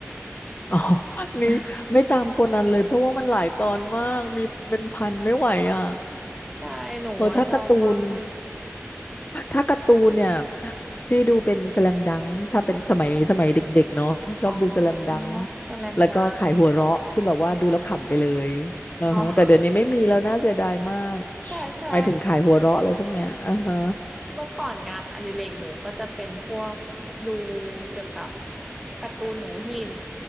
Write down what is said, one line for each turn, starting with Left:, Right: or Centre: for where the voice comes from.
Left: <laughs> อ๋อ <laughs>
Centre: <laughs>
Left: นี่ไม่ตามโคนนันเลยเพราะว่ามันหลายตอนมากมีเป็นพันไม่ไหวอ่ะ
Centre: ใช่หนูอะชอบมาก
Left: เออถ้าการ์ตูน ถ้าการ์ตูนเนี่ยพี่ดูเป็นสแลมดังถ้าเป็นสมัยสมัยเด็กๆเนาะชอบดูสแลมดัง
Centre: อ๋อสแลมดัง
Left: แล้วก็ขายหัวเราะที่แบบว่าดูแล้วขำไปเลยอือฮะแต่เดี๋ยวนี้ไม่มีแล้วน่าเสียดายมาก
Centre: อ๋อใช่ใช่
Left: หมายถึงขายหัวเราะอะไรพวกเนี้ยอือฮะ
Centre: เมื่อก่อนงานอดิเรกหนูก็จะเป็นพวกดูเกี่ยวกับการ์ตูนหนูหิน